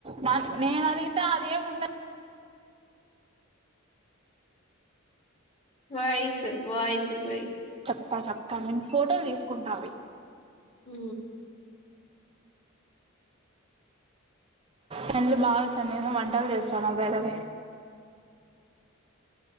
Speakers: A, on the right (about 30°); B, on the left (about 30°).
A: మ నేను అడిగితే అదేమిండదు
B: వాయిస్ వాయిస్ పోయి
A: చెప్తా చెప్తా మే ఫోటో తీస్త కుంటావే
B: ఉ
A: నల్లు బాగా సన్నిహం వంటలు చేస్తాను వేగవే